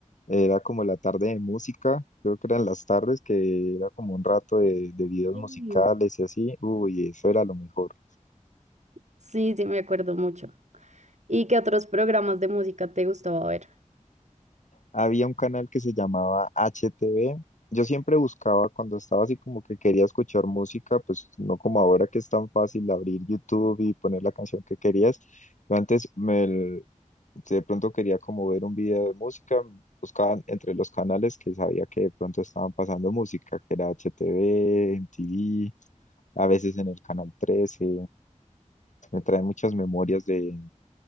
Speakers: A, on the left; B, on the right.
A: Era como la tarde de música, creo que eran las tardes, que era como un rato de, de videos
B: <laughs>
A: musicales y así. Uy, eso era lo mejor.
B: Sí, sí, me acuerdo mucho. ¿Y qué otros programas de música te gustaba ver?
A: Había un canal que se llamaba HTV. Yo siempre buscaba cuando estaba así como que quería escuchar música, pues no como ahora que es tan fácil abrir YouTube y poner la canción que querías. Yo antes me, si de pronto quería como ver un video de música, buscaban entre los canales que sabía que de pronto estaban pasando música, que era HTV, MTV. a veces en el Canal 13, me trae muchas memorias de,